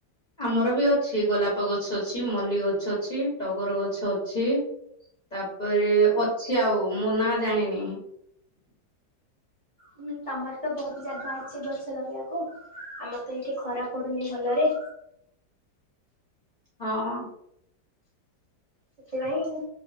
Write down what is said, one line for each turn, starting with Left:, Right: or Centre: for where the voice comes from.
Left: ଆମର ବି ଅଛି ଗୋଲାପ ଗ ଛ ଅଛି ମଲ୍ଲି ଗଛ ଅଛି ଟଗର ଗଛ ଅଛି। ତାପରେ ଅଛି ଆଉ ମୁଁ ନା ଜାଣିନି।
Right: ହୁଁ ତମର ତ ବହୁତ ଜାଗା ଅଛି ଗଛ ଲଗେଇବାକୁ ଆମର ତ ଏଇଠି ଖରା ପଡୁନି ଭଲରେ।
Left: ହଁ।
Right: ସେଥିପାଇଁ